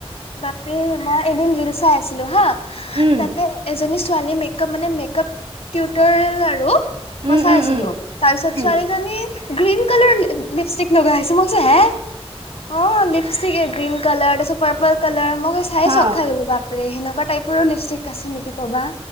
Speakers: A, on the left; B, on the right.
A: তাপি মই এদিন ৰিল চাই আছিলো হা
B: উম
A: তাতে এজনী ছোৱালী মেকপ মানে মেকপ টিউটৰিয়েল আৰু মই
B: উম
A: চাই
B: উম
A: আছিলো
B: উম
A: তাৰ পিছত
B: উম
A: ছোৱালীজনী গ্ৰীণ কালাৰ লিপষ্টিক লগাছে চমোছে হে? অ', লিপষ্টিক এ গ্ৰীন কালাৰ তাৰপিছত পাৰ্পল। কালাৰ। মই চাই
B: হা
A: চক খাই গলোঁ বাপৰে সেনোক। <unintelligible> টাইপৰ লিপষ্টিক আছে নেকি ক'বা।